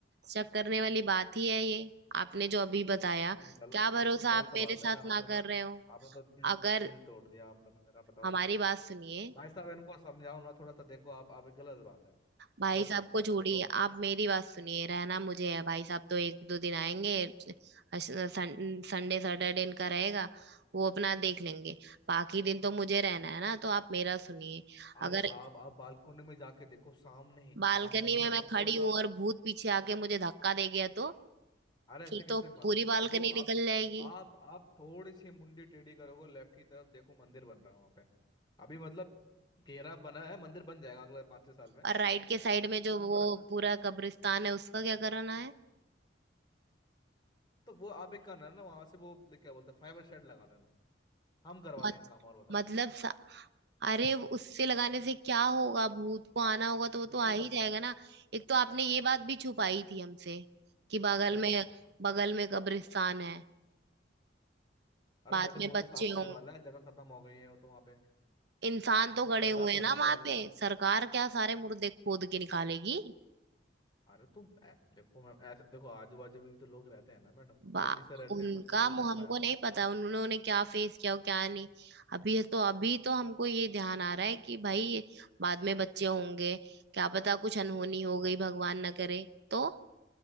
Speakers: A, on the right (about 65°); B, on the left (about 25°).
A: शक करने वाली बात ही है ये आपने जो अभी बताया
B: नहीं गलत
A: क्या भरोसा
B: ये तो गलत
A: आप मेरे
B: बात
A: साथ
B: है ना आपने
A: ना
B: तो
A: कर रहे हो
B: आपने तो दिल
A: अगर
B: दिल तोड़ दिया आपने तो मेरा बताओ
A: हमारी बात सुनिए
B: भाई साहब इनको समझाओ ना थोड़ा सा देखो आप आप ये गलत बात है
A: भाई
B: बहुत
A: साहब
B: गलत
A: को
B: बात
A: छोड़िए
B: है देखो
A: आप मेरी बात सुनिए रहना मुझे है भाई साहब तो एक दो दिन आएंगे अश- सन- संडे सैटरडे इनका रहेगा वो अपना देख लेंगे बाकी दिन तो मुझे रहना है ना तो आप मेरा सुनिए
B: अरे
A: अगर
B: आप आप बालकनी में जाके देखो सामने ही
A: बालकनी
B: सामने
A: में
B: ही आप
A: मैं खड़ी
B: थोड़ा सा
A: हूं और भूत पीछे आके मुझे धक्का दे गया तो
B: अरे ऐसे
A: फिर
B: कैसे
A: तो
B: बना
A: पूरी
B: देगा
A: बालकनी
B: देखो
A: निकल
B: आप
A: जाएगी
B: आप आप थोड़ी सी मुंडी टेढ़ी करोगे लेफ्ट की तरफ देखो मंदिर बन रहा है वहां पे अभी मतलब घेरा बना है मंदिर बन जाएगा अगले पाँच छह साल में
A: और राइट के साइड में
B: ये
A: जो
B: बन
A: वो
B: तो रहा है ना
A: पूरा कब्रिस्तान है उसका क्या कराना है
B: तो वो आप एक करना है ना वहां से वो ले- क्या बोलते हैं फाइबर शेड लगा देना हम करवा
A: मत,
B: देंगे काम और बताओ
A: मतलब अरे वो उससे लगाने से क्या होगा भूत को आना होगा तो वो
B: दिखेगा
A: तो आ ही
B: नहीं
A: जाएगा
B: ना
A: ना एक तो आपने ये बात भी छुपाई थी हमसे कि बगल
B: क्या
A: में
B: बात छुपा है?
A: बगल में कब्रिस्तान है
B: अरे
A: बाद
B: मैडम
A: में
B: वो
A: बच्चे
B: तो साफ होने
A: होंगे
B: वाला है जगह खत्म हो गई है वो तो वहां पे
A: इंसान तो
B: और
A: गड़े
B: सरकार
A: हुए
B: तो
A: हैं
B: हटाने
A: ना वहां
B: वाले इसको
A: पे सरकार क्या सारे मुर्दे खोद के निकालेगी
B: अरे तू ऐ- देखो मैम ऐसे देखो आजू बाजू भी तो लोग रहते हैं ना मैडम
A: बा
B: खुशी से रहते
A: उनका
B: हैं मंदिर भी बन
A: मु- हमको
B: रहा है तो
A: नहीं पता उन्होंने क्या फेस किया और क्या नहीं अभी तो अभी तो हमको ये ध्यान आ रहा है कि भाई बाद में बच्चे होंगे क्या पता कुछ अनहोनी हो गई भगवान ना करे तो